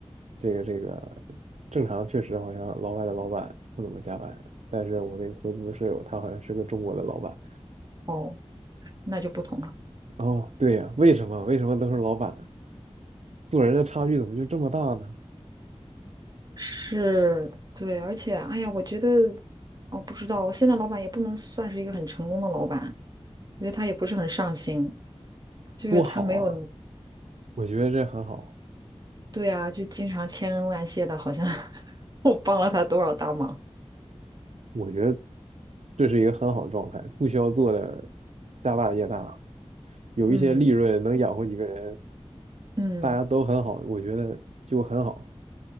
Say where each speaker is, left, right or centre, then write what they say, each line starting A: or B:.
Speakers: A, on the right (about 85°); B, on the right (about 35°).
A: 这个这个正常确实好像老外的老板不怎么加班，但是我那个合租的舍友他好像是个中国的老板。
B: 哦，那就不同了。
A: 哦，对呀，为什么为什么都是老板？做人的差距怎么就这么大呢？
B: 是，对，而且，哎呀，我觉得，我不知道，我现在老板也不能算是一个很成功的老板，我觉得他也不是很上心，就是他没有，
A: 多好啊！我觉得这很好。
B: 对啊，就经常千恩万谢的，好像 <laughs> 我帮了他多少大忙。
A: 我觉得这是一个很好的状态，不需要做的家大业大，有一些利润能养活几个人，
B: 嗯嗯
A: 大家都很好，我觉得就很好。